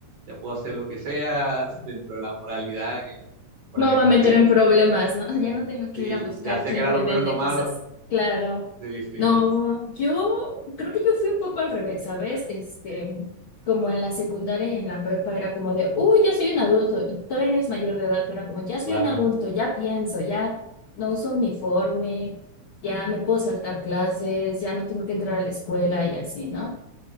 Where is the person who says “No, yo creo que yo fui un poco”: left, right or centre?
Left